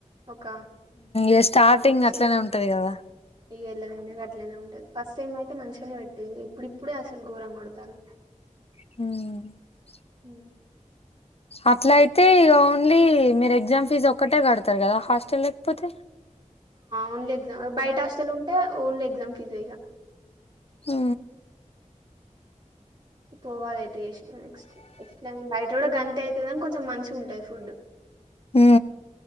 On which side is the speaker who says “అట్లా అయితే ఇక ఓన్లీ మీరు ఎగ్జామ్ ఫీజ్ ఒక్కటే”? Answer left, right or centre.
Left